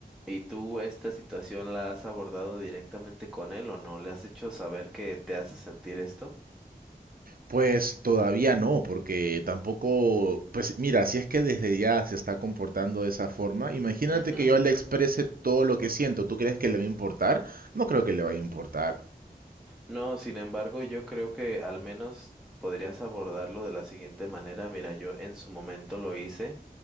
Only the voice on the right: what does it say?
Pues todavía no, porque tampoco, pues mira, si es que desde ya se está comportando de esa forma, imagínate
que yo le exprese todo lo que siento. ¿Tú crees que le va a importar? No creo que le vaya a importar.